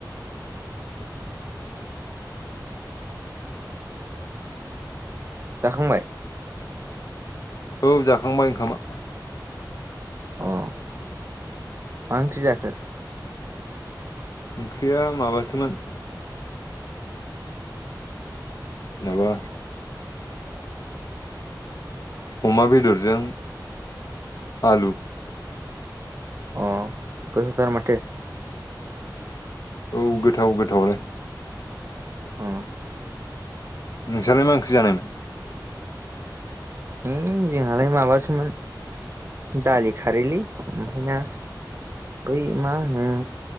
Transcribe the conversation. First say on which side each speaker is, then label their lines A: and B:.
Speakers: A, on the right; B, on the left.
A: जाखांबाय
B: औ जाखांबाय ओंखामा
A: अ मा ओंख्रि जाखो?
B: ओंख्रिया माबासोमोन माबा अमा बेदरजों आलु
A: अ गोैथावथार माथो
B: औ गोथाव गोथावलाय
A: औ
B: नोंस्रालाय मा ओंख्रि जानाय?
A: हैइ जोंहालाय माबासोमोन दालि खारैलै ओमफ्राय ना बै मा होनो